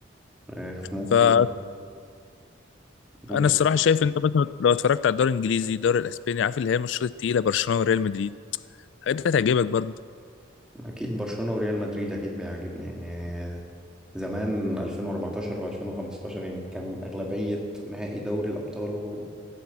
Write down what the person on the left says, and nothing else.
فانا
الصراحه شايف انت مثلا لو اتفرجت على الدوري الانجليزي الدوري الاسباني عارف اللي هي الماتشات التقيله برشلونه وريال مدريد الحاجات دي هتعجبك برضو